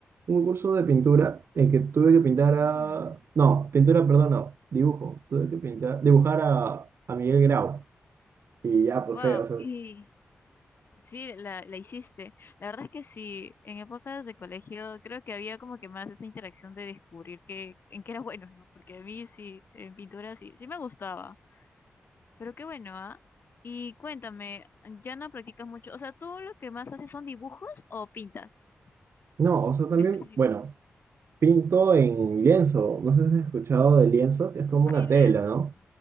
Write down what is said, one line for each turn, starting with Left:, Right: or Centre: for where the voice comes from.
Right: un curso de pintura en que tuve que pintar a...
Left: Ujú.
Right: No, pintura, perdón, no, dibujo. Tuve que pintar, dibujar a, a Miguel Grau y ya, pues
Left: Wow,
Right: fue, o sea,
Left: y sí, la, la hiciste. La verdad es que sí, en épocas de colegio creo que había como que más esa interacción de descubrir que, en qué era bueno, ¿no? Porque a mí sí, en pintura sí, sí me gustaba. Pero qué bueno, ¿ah? Y cuéntame, ¿ya no practicas mucho? O sea, ¿tú lo que más haces son dibujos o pintas
Right: no, o sea, también,
Left: específicamente?
Right: bueno, pinto en lienzo, no sé si has escuchado de lienzo, que es como una
Left: Sí, lienzo.
Right: tela, ¿no?